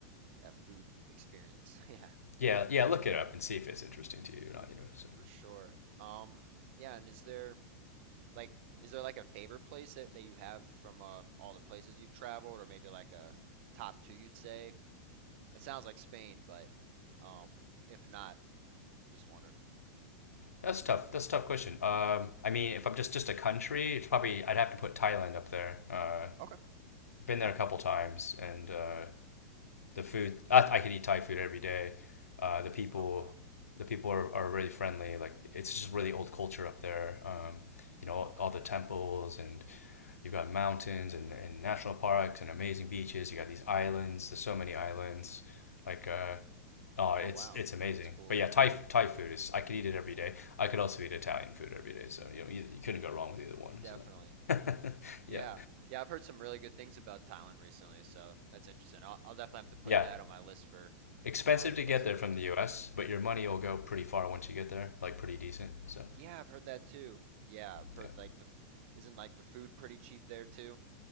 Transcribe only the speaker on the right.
that food experience. <laughs> Yeah.
For sure. Um, yeah, and is there like is there like a favorite place that, that you have from uh, all the places you've traveled, or maybe like a top two you'd say? It sounds like Spain, but um, if not, just wondering.
Okay.
Oh wow.
Okay.
Oh wow.
That's cool.
Definitely.
Yeah.
Yeah, I've heard some really good things about Thailand recently, so that's interesting. I'll, I'll definitely have to put
that on my list for
um,
places
to go.
Yeah, I've heard that too. Yeah, I've heard
like the f- isn't like the food pretty cheap there too?